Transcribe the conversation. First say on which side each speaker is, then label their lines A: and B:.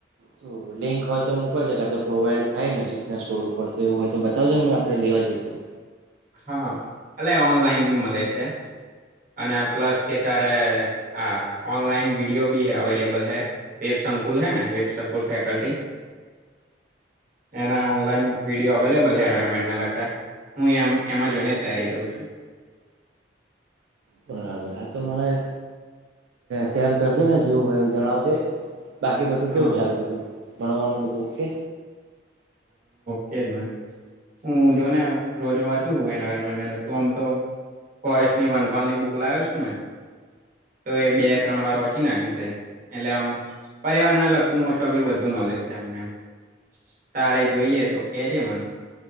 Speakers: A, on the right (about 75°); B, on the right (about 45°).
A: જો લિંક હોય તો મોકલશે ક તો પ્રોવાઈડ થાય નજીકના સ્ટોર ઉપર તો એવું હોય તો બતાવજે ને મને આપણે લેવા જઈશું.
B: હા અને ઓનલાઈન બી મળે છે અને પ્લસ કે તારે આ ઓનલાઈન વિડીયો બી અવેલેબલ હે વેબ સંકુલ હે ને વેબ સંકુલ ફેકલ્ટી એના ઓનલાઈન
A: હા
B: વિડીયો આવેલેબલ બધા એન્વાયરમેન્ટને લગતા હું એમ એમાં જોઈને જ તૈયારી કરું છું.
A: બરાબર હા તો મને શેર કરજે ને જેવું હોય એવું જણાવજે. બાકી બધું
B: હા
A: કેવું ચાલે બધું ભણવાનું બધું ઓકે
B: તેજને હું જો ને રોજ વાંચુ છું એવાયરમેન્ટ લાગતું આમ તો ફોરેસ્ટની વનપાલની બુક લાવ્યો છું ને તો એ બે ત્રણ વાર વાંચી નાખી છે એટલે આમ પર્યાવરણને લગતું મોસ્ટ ઓફલી બધું નોલેજ છે મને એ તારે જોઈએ તો કેજે મન